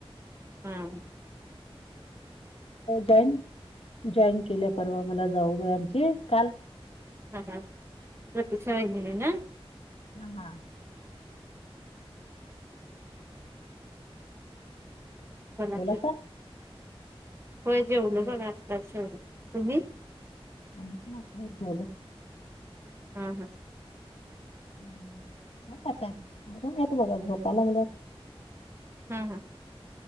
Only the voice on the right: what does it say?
हम्म
हा हा ऋतूच्या वहिनीने ना
बोला
की होय जेवलो
बघ आत्ताच तुम्ही
हम्म हम्
हा-हा